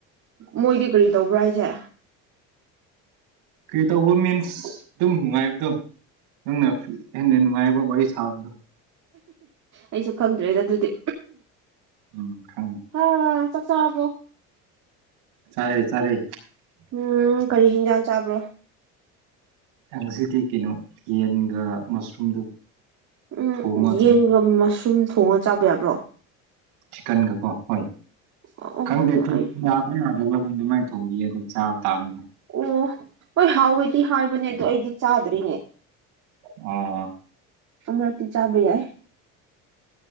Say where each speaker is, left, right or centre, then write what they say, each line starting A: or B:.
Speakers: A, on the right; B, on the right.
A: ꯃꯣꯏꯗꯤ ꯀꯔꯤ ꯇꯧꯕ꯭ꯔꯥ ꯍꯥꯏꯁꯦ
B: ꯀ꯭ꯔꯤ ꯇꯧꯕ ꯃꯤꯟꯁ ꯗꯨꯝ ꯅꯨꯉꯥꯏꯕꯗꯣ ꯅꯪꯅ ꯍꯦꯟꯅ ꯅꯨꯉꯥꯏꯕ ꯋꯥꯔꯤ ꯁꯥꯕꯗꯣ
A: ꯑꯩꯁꯨ ꯈꯪꯗ꯭ꯔꯦꯗ ꯗꯨꯗꯤ
B: ꯎꯝ ꯈꯪ
A: ꯍꯥ ꯆꯥꯛ ꯆꯥꯔꯕꯣ
B: ꯆꯥꯔꯦ ꯆꯥꯔꯦ
A: ꯎꯝ ꯀꯔꯤ ꯍꯤꯟꯖꯥꯡ ꯆꯥꯕ꯭ꯔꯣ
B: ꯑ ꯉꯁꯤꯗꯤ ꯀꯩꯅꯣ ꯌꯦꯟꯒ ꯃꯁꯔꯨꯝꯗꯨ
A: ꯎꯝ
B: ꯊꯣꯡꯉꯒ
A: ꯌꯦꯟꯒ ꯃꯁꯔꯨꯝ ꯊꯣꯡꯉ ꯆꯥꯕ ꯌꯥꯕ꯭ꯔꯣ
B: ꯆꯤꯛꯀꯟꯒꯀꯣ ꯍꯣꯏ
A: ꯑꯣ
B: ꯈꯪꯗꯦ <unintelligible>
A: ꯑꯩ
B: ꯈꯪꯗꯦ ꯃꯥꯏ ꯊꯣꯡꯕꯤꯌꯦ ꯑꯗꯨꯝ ꯆꯥꯕ ꯇꯥꯕꯅꯤꯅꯦ
A: ꯑꯣ ꯍꯣꯏ ꯍꯥꯎꯋꯦꯗꯤ ꯍꯥꯏꯕꯅꯦ ꯑꯗꯣ ꯑꯩꯗꯤ ꯆꯥꯗ꯭ꯔꯤꯅꯦ
B: ꯑꯣ
A: ꯑꯃꯔꯛꯇꯤ ꯆꯥꯕ ꯌꯥꯏ